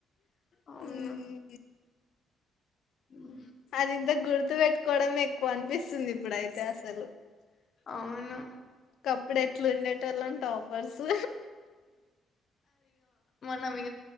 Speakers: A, on the left (about 50°); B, on the left (about 75°).
A: అవును
B: ఉమ్
A: ఉ
B: అదింత గుర్తు పెట్టుకొడమే క్కువ అనిపిస్తుంది ఇప్పుడయితే అసలు
A: అవును.
B: అప్పుడు ఎట్ల ఉండేటోళ్ళం అంట టాపర్సు
A: న